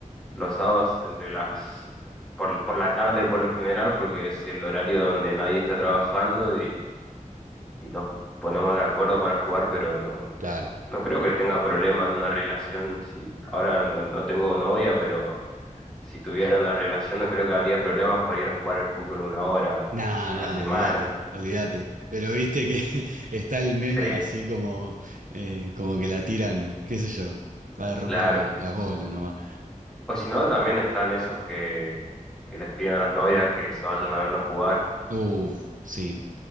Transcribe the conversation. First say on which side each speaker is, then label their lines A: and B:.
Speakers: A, in the centre; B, on the right.
A: los sábados entre las... Por, por la tarde por lo general, porque es el horario donde nadie está trabajando y nos ponemos de acuerdo para jugar, pero no,
B: Claro.
A: no creo que tenga problema en una relación. Si ahora no, no tengo novia, pero si tuviera una relación, no creo que habría problemas por ir a jugar al fútbol una hora
B: Nada,
A: a
B: nada,
A: la semana.
B: olvídate, olvídate. Pero viste que <laughs> está el meme
A: Sí,
B: así como, eh, como que la tiran, qué sé yo, para romper
A: claro.
B: los bo- las bolas nomás.
A: O si no, también están esos que, que les piden a las novias que se vayan a verlos jugar.
B: Uf, sí,